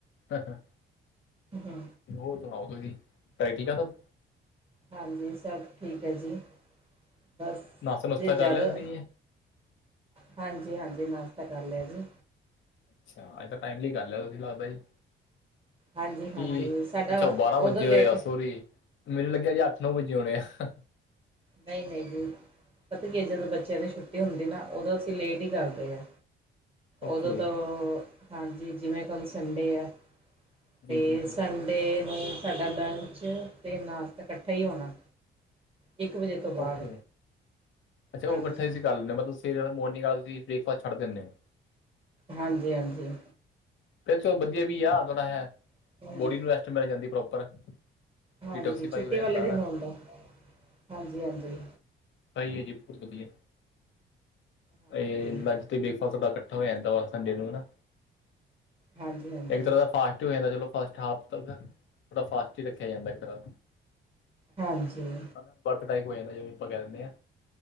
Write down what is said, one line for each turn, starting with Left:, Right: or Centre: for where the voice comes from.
Left: ਹਾਂ-ਹਾਂ।
Right: ਹੂੰ।
Left: ਹੋਰ ਸੁਣਾਓ ਤੁਸੀਂ ਘਰੇ ਠੀਕ ਆ ਸਭ
Right: ਹਾਂਜੀ ਸਭ ਠੀਕ ਐ, ਜੀ ਬਸ
Left: ਨਾਸ਼ਤਾ ਨੁਸ਼ਤਾ
Right: ਜੇ ਜ਼ਿਆਦਾ
Left: ਕਰ ਲਿਆ ਤੁਸੀਂ
Right: ਹਾਂਜੀ-ਹਾਂਜੀ ਮਸ਼ਤਾ ਕਰ ਲਿਆ ਜੀ
Left: ਅੱਛਾ, ਅੱਜ ਤਾਂ ਟਾਈਮਲੀ ਗੱਲ ਐ ਤੁਸੀਂ ਲਾਦਾ ਜੀ।
Right: ਹਾਂਜੀ
Left: ਕੀ
Right: ਹਾਂਜੀ ਸਾਡਾ
Left: ਅੱਛਾ ਬਾਰਾਂ ਵਜੇ
Right: ਉਦੋਂ ਲੇਟ
Left: ਹੋਏ ਆ ਸੌਰੀ ਮੈਨੂੰ ਲੱਗਿਆ ਜੀ ਅੱਠ ਨੌ ਵਜੇ ਹੋਣੇ ਆ
Right: ਨਈ-ਨਈ ਜੀ। ਪਤਾ ਕੀ ਜਦੋਂ ਬੱਚਿਆਂ ਦੀ ਛੁੱਟੀ ਹੁੰਦੀ ਨਾ ਓਦੋਂ ਅਸੀਂ ਲੇਟ ਈ ਕਰਦੇ ਆ।
Left: ਓਕੇ
Right: ਉਦੋਂ ਤੋਂ ਹਾਂਜੀ ਜਿਵੇਂ ਕੰਮ ਸੰਡੇ ਆ। ਤੇ
Left: ਜੀ ਜੀ ਜੀ
Right: ਸੰਡੇ ਨੂੰ ਸਾਡਾ ਲੰਚ ਤੇ ਨਾਸ਼ਤਾ ਇਕੱਠਾ ਹੋਣਾ ਇੱਕ ਵਜੇ। ਤੋਂ ਬਾਅਦ
Left: ਓਕੇ ਅੱਛਾ ਉਹ
Right: ਹਾਂਜੀ
Left: ਇਕੱਠੇ ਤੁਸੀਂ ਕਰ ਲੈਂਦੇ ਹੋ। ਮਤਲਬ ਸਵੇਰੇ ਵਾਲਾ ਮੋਰਨਿੰਗ ਵਾਲਾ ਤੁਸੀਂ ਬ੍ਰੇਕਫਾਸਟ ਛੱਡ ਦਿੰਦੇ ਓ
Right: ਹਾਂਜੀ-ਹਾਂਜੀ।
Left: ਫ ਚ ਵਧੀਆ ਵੀ ਆ ਥੋੜ੍ਹਾ ਹੈ,
Right: ਹਮ
Left: ਬੋਡੀ ਨੂੰ ਵੈਸਟ ਮਿਲ ਜਾਂਦੀ ਪ੍ਰੋਪਰ।
Right: ਹਾਂਜੀ
Left: ਡੀ ਟੋਕਸੀ ਪਾਈ
Right: ਛੁੱਟੀ
Left: ਹੋਏ ਆ।
Right: ਵਾਲੇ ਦਿਨ ਹੁੰਦਾ ਹਾਂਜੀ ਹਾਂਜੀ
Left: ਸਹੀ ਏ ਜੀ ਬਹੁਤ ਵਧੀਆ,
Right: ਹਾਂਜੀ
Left: ਹਜੇ ਲੰਚ ਤੇ ਬ੍ਰੇਕਫਾਸਟ ਤੁਹਾਡਾ ਕੱਠਾ ਹੋ ਜਾਂਦਾ ਵਾ ਸੰਡੇ ਨੂੰ ਨਾ।
Right: ਹਾਂਜੀ ਹਾਂਜੀ
Left: ਇੱਕ ਤਰ੍ਹਾਂ ਦਾ ਫਾਸਟ ਹੀ ਹੋ ਜਾਂਦਾ ਚਲੋ ਫਸਟ ਹਾਫ ਤੱਕ ਥੋੜਾ ਫਾਸਟ ਹੀ ਰੱਖਿਆ ਜਾਂਦਾ ਇੱਕ ਤਰ੍ਹਾਂ
Right: ਹਾਂਜੀ
Left: ਦਾ। ਬਰਤ ਟਾਈਪ ਹੋ ਜਾਂਦਾ ਜਿਵੇਂ ਆਪਾਂ ਕਹਿ ਦਿੰਦੇ ਹਾਂ।